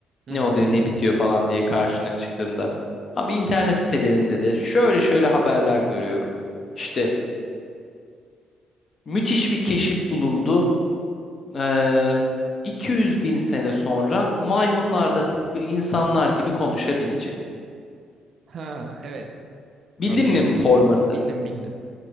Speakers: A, on the right; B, on the left.
A: <laughs>
B: ne oluyor ne bitiyor falan diye karşına çıktığında. Abi internet sitelerinde de şöyle şöyle haberler görüyorum. İşte müthiş bir keşif bulundu. Ee, 200 bin sene sonra maymunlar da tıpkı insanlar gibi konuşabilecek.
A: ha evet.
B: Bildin
A: Ama belli
B: mi
A: bir
B: formatı?
A: süreli. Bildim bildim.